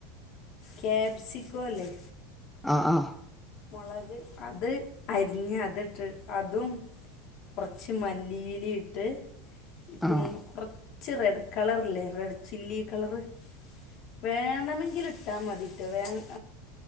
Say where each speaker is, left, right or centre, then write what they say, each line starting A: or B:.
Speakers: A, on the left (about 55°); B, in the centre.
A: കാബ്സിക്കോല്ലേ.
B: ആഹ്, ആഹ്
A: മൊളക് അത് അരിഞ്ഞ് അതിട്ട് അതും. കൊറച്ച് മല്ലിയിലെട്ട് ക്ക്ന്ന്
B: ആഹ്
A: കൊ കൊറച്ച് റെഡ് കളർല്ലേ റെഡ് ചില്ലി കളറ്. വേണമെങ്കില് ഇട്ടാ മതിട്ടൊ വേണ്ട.